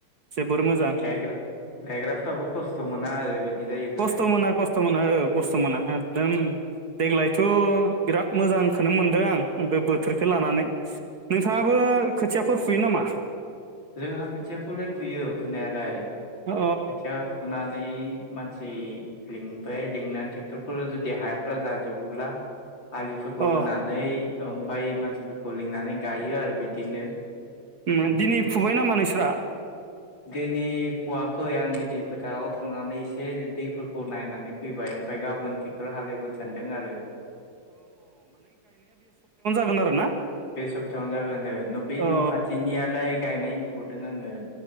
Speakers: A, on the right (about 50°); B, on the left (about 65°).
A: जोबोर मोजां
B: गायग्रा गायग्राफ्राबो खस्थ' मोना आरो बिदि जायोब्लालाय
A: खस्थ' मोना खस्थ' मोना औ खस्थ' मोना एकदम देग्लायथ' बिराद मोजांखौनो मोनदों आं बोथोरखौ लानानै नोंथाङाबो खोथिया फोर फुयो नामा?
B: रोंहा खोथियाखौलाय खुयो खुनायालाय।
A: अ
B: खोथिया फोना नानै मानसि लिंबाय लिंनानै ट्रेक्टरफोर जुदि हायाफोरा जाजोबोब्ला आलिफोरखौ
A: अ
B: होनानै ओम। भाय मानसि खौ लिंनानै गायो आरो बि दिनो
A: मोन दिनि फुबाय नामा नोंस्रा।
B: दिनै खवाखै आं दिनै फोथाराव थांनानै एसे दैफोरखौ नायनानै फैबाय ओमफाय गाबोन ट्रेक्टर हालेवबोनो सानदों आरो।
A: गोन आरो ना।
B: बे सप्तायावनो जागोन दे। न बे
A: अ
B: न खाथिनियालाय गायनाय नुहुरदों आङो।